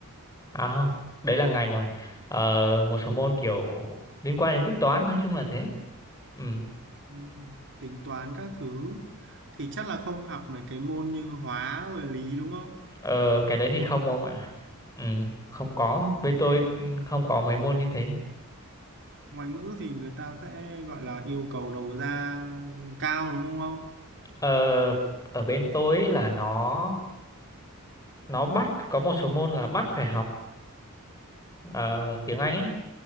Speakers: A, on the left; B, on the right.
A: à không đấy là ngành rồi Ờ, một số môn kiểu liên quan đến tính toán nói chung là thế ừ
B: Ừ, tính toán các thứ thì chắc là không học mấy cái môn như hóa rồi lý đúng không?
A: Ờ, cái đấy thì không ông ạ. Ừ, không có. Bên tôi ừ, không có mấy môn như thế.
B: Ngoại ngữ thì người ta sẽ gọi là yêu cầu đầu ra cao đúng không ông?
A: Ờ, ở bên tôi ấy là nó nó bắt có một số môn là bắt phải học ờ, tiếng Anh ấy.